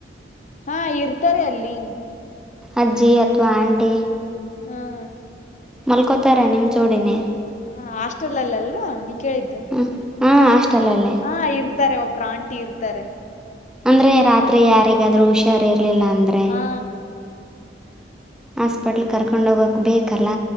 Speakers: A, on the left (about 40°); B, in the centre.
A: ಹಾ ಇರ್ತಾರೆ ಅಲ್ಲಿ
B: ಅಜ್ಜಿ ಅಥವಾ ಆಂಟಿ
A: ಹ್ಮ್
B: ಮಲ್ಕೋತಾರಾ ನಿಮ್ಮ ಜೋಡಿನೇ
A: ಹ ಹಾಸ್ಟೆಲ್ಲ ಅಲ್ಲಾ ನೀ ಕೇಳಿದ್ದು
B: ಹಾಂ ಹಾಂ ಹಾಸ್ಟೆಲಲ್ಲೇ
A: ಹ ಇರತ್ತ ಇರ್ತಾರೆ ಒಬ್ಬ್ರ ಆಂಟಿ ಇರ್ತಾರೆ
B: ಅಂದ್ರೆ ರಾತ್ರಿ ಯಾರಿಗಾದ್ರೂ ಹುಷಾರ ಇರ್ಲಿಲ್ಲ ಅಂದ್ರೆ
A: ಹಾ
B: ಹಾಸ್ಪಿಟಲ್ಗೆ ಕರ್ಕೊಂಡು ಹೋಗೋಕೆ ಬೇಕಲ್ಲ